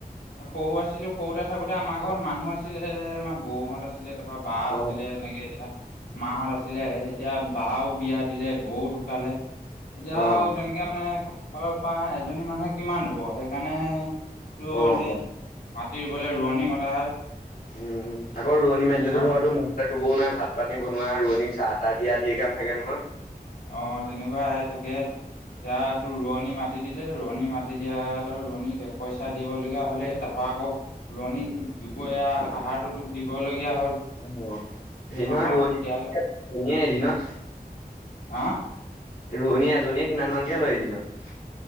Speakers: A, on the left (about 85°); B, on the left (about 60°).
A: সৰু আছিলো সৰুতে থাকোঁতে আমাৰ ঘৰত মানুহ আছিলে আমাৰ বৌহঁত আছিলে তাৰ পৰা বা আছিলে
B: অ',
A: এনেকে এতিয়া মাহঁত আছিল আছিলে এতিয়া বাও বিয়া দিলে বৌও ঢুকালে এতিয়া
B: অ', অ',
A: আৰু তেনেকে মানে ঘৰৰ পা এজনী মানুহে কিমান ৰুব সেইকাৰণে তোৰ
B: অ',
A: এনে
B: অ',
A: মাটি ৰুবলে ৰোৱনি মতা হয়।
B: উম আকৌ ৰোৱনী মাতিলাতো
A: ঘৰত
B: ধৰ তোৰ <unintelligible> ৰোবও নাই ভাত পানী বনোৱা ৰোৱনীক চাহ তাহ দিয়া ঢেৰ কাম থাকে নহয়।
A: অ', তেনেকুৱাই থাকে এতিয়া তো ৰোৱনী মা মাতি দিলে ৰোৱনী মাতি দিয়াত আৰু ৰোৱনী পইচা দিবলগীয়া হ'লে তাৰাপা আকৌ ৰোৱনীক দুপৰীয়া আহাৰটো তোক দিব লে <unintelligible> হ'ল
B: অ', হেৰি নহয়
A: আহাৰটো
B: ৰোৱনী
A: দিয়াই ল
B: এজনীয়ে এদিনত
A: আ'
B: ৰোৱনী এজনীয়ে কিমান মানকে লয় এদিনত?